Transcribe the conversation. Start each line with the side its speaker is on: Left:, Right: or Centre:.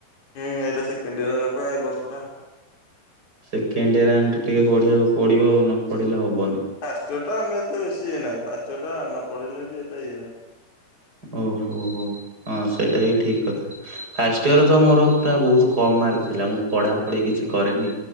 Left: ହୁଁ ଏଇଟା ସେକେଣ୍ଡ ଇୟର ହେଲା ପରା ଏଇ ବର୍ଷଟା।
Right: ସେକେଣ୍ଡ ଇଅର ମାନେ ତ ଟିକେ ପଢିବାକୁ ପଡିବ ଆଉ ନ ପଢିଲେ ହବନି।
Left: ପାଷ୍ଟ ଟା ଆମେ ଏତେ ବେଶୀ ଇଏନାହିଁ ପାଷ୍ଟ ଟା ନ ପଢିଲେ ବି ଏଟା ଇଏ ନାହିଁ।
Right: ଓହୋ ହୋ ହଁ ସେଇଟା ବି ଠିକ କଥା ଫାଷ୍ଟ ଇୟର ତ ମୋର ପୁରା ବହୁତ କମ। ମାର୍କ ଥିଲା ମୁଁ ପଢା ପଢି କିଛି କରିନି,